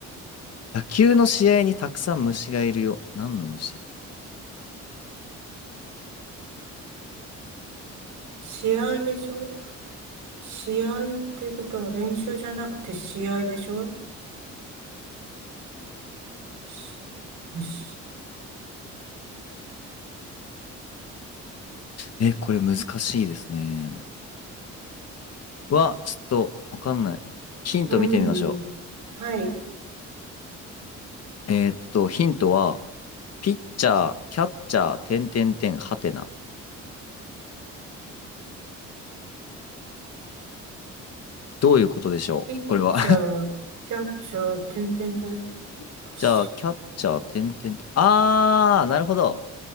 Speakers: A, on the left; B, on the right.
A: 野球の試合にたくさん虫がいるよ。何の虫
B: 試合でしょ試合っていうことは練習じゃなくて試合でしょし、し、
A: え、これ難しいですね。は、ちょっとわかんない。ヒント見てみましょ
B: うん。はい。
A: う。えーっと、ヒントは、ピッチャー、キャッチャー、点点点、はてな。どういうことでしょうこれは
B: ピッチャー、キャッチャー、てんてんてん。
A: <laughs>
B: し、
A: じゃあ、キャッチャー、点点点。あー、なるほど。